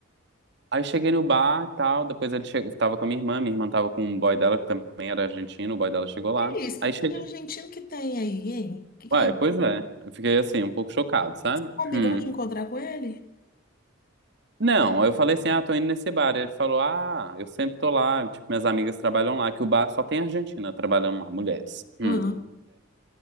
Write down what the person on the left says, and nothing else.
Que é isso? Que
tem
de argentino que tem aí, hein? Que, que...
é
Você combinou
de encontrar com ele?
Ah,